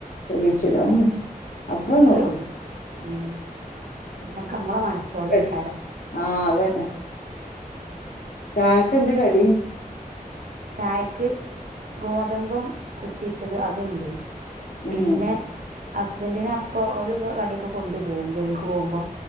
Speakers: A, on the left; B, on the right.
A: തെളിയിച്ചു തരുവെന്ന് അത്രയുള്ളു
B: അത്രേ ഉള്ളൂ ഉം നമ്മക്ക് നമ്മളെ മനസ്സോലെയ്ക്കാരം
A: ആഹ് <unintelligible> അത് തന്നെ ചായക്ക് എന്ത് കടി
B: ചായക്ക് ഗോതമ്പും കുത്തിച്ചത് അത് യുണ്ട് പിന്നെ-
A: ഏഹ്
B: ഹസ്ബൻഡിനെ അപ്പോ ഓൽ ദ് കടി ഒക്കെ കൊണ്ടു പോവും ജോലിക്ക് പോകുമ്പോ